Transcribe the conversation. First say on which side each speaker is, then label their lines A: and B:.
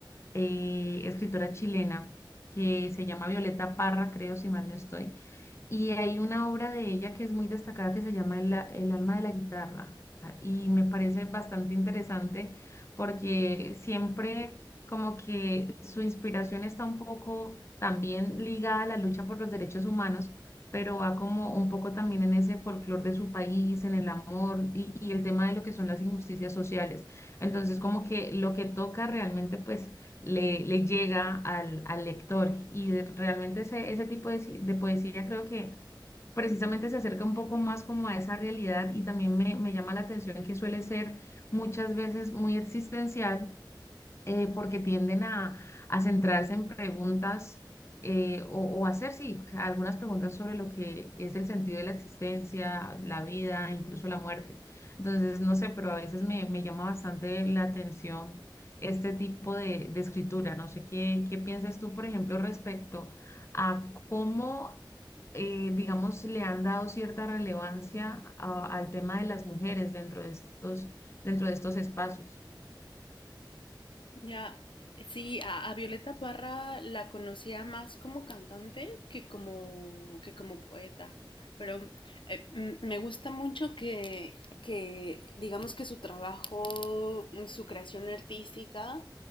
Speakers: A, on the left; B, on the left.
A: eh, escritora chilena que se llama Violeta Parra, creo, si mal no estoy. Y hay una obra de ella que es muy destacada que se llama El, a- El alma de la guitarra. ah, Y me parece bastante interesante porque siempre como que su inspiración está un poco también ligada a la lucha por los derechos humanos, pero va como un poco también en ese folclore de su país, en el amor y, y el tema de lo que son las injusticias sociales. Entonces como que lo que toca realmente pues le, le llega al, al lector. Y de- realmente ese, ese tipo de, ci- de poesía creo que precisamente se acerca un poco más como a esa realidad y también me, me llama la atención que suele ser muchas veces muy existencial eh, porque tienden a, a centrarse en preguntas eh, o, o hacer, sí, o sea, algunas preguntas sobre lo que es el sentido de la existencia, la vida, incluso la muerte. Entonces, no sé, pero a veces me, me llama bastante la atención este tipo de, de escritura. No sé qué, qué piensas tú, por ejemplo, respecto a cómo... eh, digamos, le han dado cierta relevancia a- al tema de las mujeres dentro de estos, dentro de estos espacios.
B: Ya, sí, a, a Violeta Parra la conocía más como cantante que como, que como poeta, pero eh, m- me gusta mucho que, que digamos que su trabajo, mm, su creación artística